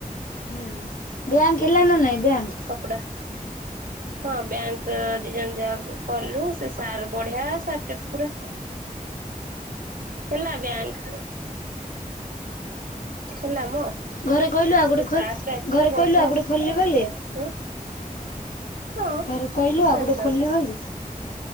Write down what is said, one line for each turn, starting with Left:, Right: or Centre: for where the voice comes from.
Left: ହୁଁ ବ୍ୟାଙ୍କ ହେଲା ନା ନାଇଁ ବ୍ୟାଙ୍କ?
Right: କପଡା ହଁ ବ୍ୟାଙ୍କ ଦିଜଣ ଯା ଗଲୁ। ତେ ସାର୍ ବଢିଆ ସାର ଟେ ପୁରା, ହେଲା ବ୍ୟାଙ୍କ। ହେଲାମ।
Left: ଘରେ କହିଲୁ ଆଉ ଗୋଟେ
Right: ସେ ସାର୍
Left: ଖୋଲ
Right: ଟା ଏତେ
Left: ଘରେ
Right: ବଢିଆ।
Left: କହିଲୁ ଆଉ ଗୋଟେ ଖୋଲିବେ ବୋଲି
Right: ହଁ ଜାଣିଚନ୍ତି
Left: ଘରେ କହିଲୁ ଆଉ ଗୋଟେ ଖୋଲିଲି
Right: ତ।
Left: ବୋଲି